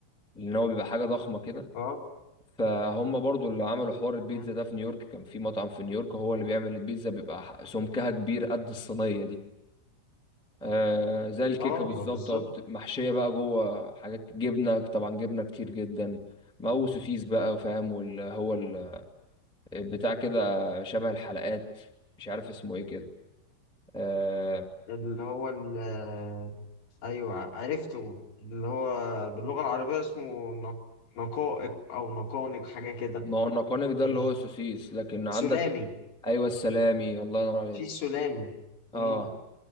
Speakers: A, in the centre; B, on the left.
A: لان هو بيبقى حاجه ضخمه كده
B: اه
A: فهم برضو اللي عملوا حوار البيتزا
B: مم.
A: ده في نيويورك كان في مطعم في نيويورك هو اللي بيعمل البيتزا بيبقى ح- سمكها كبير قد الصينية دي آه زي الكيكة
B: اه
A: بالظبط
B: ما هو بالظبط
A: أو بت- محشية بقى جوه حاجات جبنة طبعا جبنة كتير جدا مو سوسيس بقى وفاهم واللي هو ال- بتاع كده شبه الحلقات مش عارف اسمه ايه كده آه
B: اللي هو ال آه، أيوه عرفته اللي هو باللغة العربية اسمه نق- نقائق أو نقانق حاجة كده
A: ما هو النقانق ده
B: آه،
A: اللي هو السوسيس لكن عندك
B: سلامي
A: ايوه السلامي الله ينور عليك
B: في سلامة
A: اه
B: امم